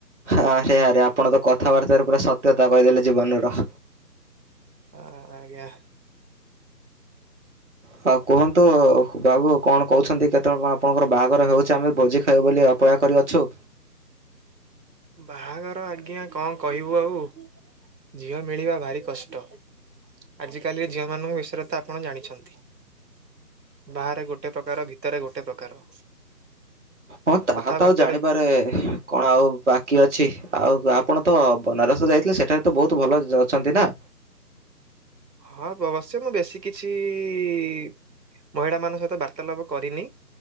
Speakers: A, on the right; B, on the right.
A: ହାରେ ଆରେ ଆପଣ ତ କଥାବାର୍ତ୍ତାରେ ପୁରା ସତ୍ୟତା କହିଦେଲେ ଜୀବନର।
B: ଆ ଆଜ୍ଞା।
A: ହଉ କୁହନ୍ତୁ ବାବୁ କଣ କହୁଛନ୍ତି କେତେଅଳ କଣ ଆପଣଙ୍କର ବାହାଘର ହେଉଛି ଆମେ ଭୋଜି ଖାଇବୁ ବୋଲି ଅ ପୟା କରିଅଛୁ।
B: ବାହାଘର ଆଜ୍ଞା କଁ କହିବୁ ଆଉ ଝିଅ ମିଳିବା ଭାରି କଷ୍ଟ। ଆଜି କାଲି ଝିଅ ମାନଙ୍କ ବିଷୟରେ ତ ଆପଣ ଜାଣିଛନ୍ତି। ବାହାରେ ଗୋଟେ ପ୍ରକାର ଭିତରେ ଗୋଟେ ପ୍ରକାର।
A: ହଁ ତାହା
B: କଥାବାର୍ତ୍ତାରେ
A: ତ ଆଉ ଜାଣିବାରେ ଏ କଣ ଆଉ ବାକି ଅଛି ଆଉ ଗ ଆପଣ ତ ବନାରସ ଯାଇଥିଲେ ସେଠାରେ ତ ବହୁତୁ ଭଲ ଜ ଅଛନ୍ତି ନା।
B: ହଁ ବବଶ୍ୟ ମୁଁ ବେଶୀ କିଛି ଇ-ଇ-ଇ-ଇ ମହିଳାମାନଙ୍କ ସହିତ ବାର୍ତ୍ତାଳାପ କରିନି।